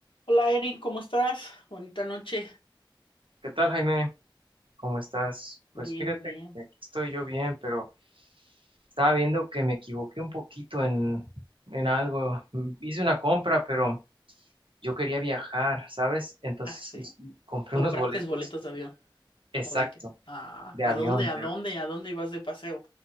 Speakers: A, on the left (about 80°); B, on the right (about 80°).
A: Hola Erin, ¿cómo estás? Bonita noche.
B: ¿Qué tal, Jaime? ¿Cómo estás?
A: Bien,
B: Pues fíjate
A: bien.
B: que aquí estoy yo bien, pero estaba viendo que me equivoqué un poquito en, en algo. Mm, Hice una compra, pero yo quería viajar, ¿sabes? Entonces
A: Ah, sí.
B: hice- compré
A: ¿Compraste
B: unos boletos,
A: boletos de avión?
B: exacto,
A: ¿O de qué? Ah,
B: de
A: ¿a
B: avión,
A: dónde, a
B: pero
A: dónde, a dónde ibas de paseo?